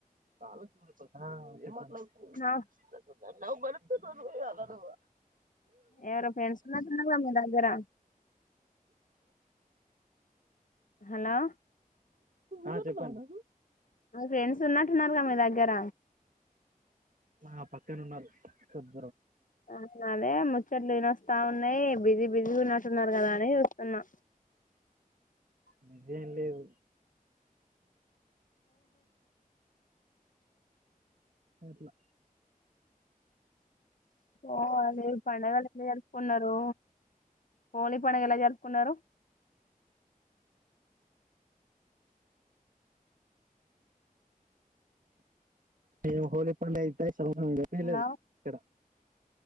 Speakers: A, on the right; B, on the left.
A: కలకి పొద్దున హిమోగ్లోబిన్
B: నా
A: నన్ను నవ్వు బడుతున్నావు నువ్ ఈయల నువ్
B: ఎవరో ఫ్రెండ్స్ నాకు ఉన్నారు గా మీ దగ్గర హలో
A: ఆ చెప్పన్నా
B: మాక్ ఫ్రెండ్స్ ఉన్నట్టున్నారుగా మీ దగ్గర
A: ఆ పక్కనే ఉన్నారు కొద్
B: అట్లానే ముచ్చట్లు ఇనొస్త్ స్తా ఉన్నయి బిజీ బిజీగ ఉన్నట్టున్నారు కదా అనీ చూస్తున్నా.
A: బిజీ ఏం లేదు. అట్లా
B: ఓ అదే పండగలు ఎట్ల జరుపుకున్నరూ. హోలీ పండగ ఎలా జరుపుకున్నరు.
A: నేను హోలీ పండుగ అయితే సంవత్సరం గట్టిగలేదు
B: హలో
A: ఇక్కడ.